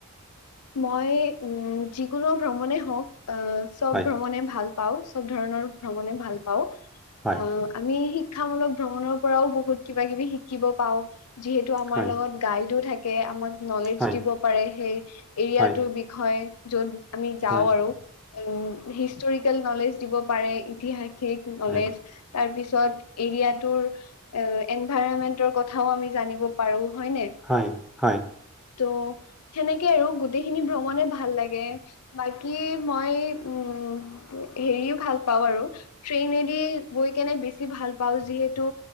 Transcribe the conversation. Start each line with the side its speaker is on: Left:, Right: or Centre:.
Left: মই উম যিকোনো ভ্ৰমণে হওঁক। আহ চব
Centre: হয়,
Left: ভ্ৰমণে ভাল পাওঁ। চব ধৰণৰ ভ্ৰমণে ভাল পাওঁ।
Centre: হয়,
Left: অ আমি শি শিক্ষামূলক ভ্ৰমণৰ পৰাও বহুত কিবা কিবি শিকিব পাও। যিহেতু আমাৰ
Centre: হয়,
Left: লগত গাইডো থাকে। আমাক নলেজ
Centre: হয়,
Left: দিব
Centre: হয়,
Left: পাৰে, সেই এৰিয়াটোৰ
Centre: হয়,
Left: বিষয়ে য'ত আমি যাওঁ
Centre: হয়,
Left: আৰু। উম, হিষ্টৰিকেল নলেজ দিব পাৰে। তিহাসিক নলেজ।
Centre: হয়,
Left: তাৰ পিছত এৰিয়াটোৰ এ এনভাইৰনমেন্টৰ কথাও আমি জানিব পাৰো। হয় নে?
Centre: হয়, হয়,
Left: ত' সেনেকে আৰু গো গোটেইখিনি ভ্ৰমণে ভাল লাগে। বাকী মই উম। হেৰিও ভাল পাওঁ আৰু ট্ৰেইনেদি গৈ কেনে বেছি ভাল পাওঁ। যিহেতু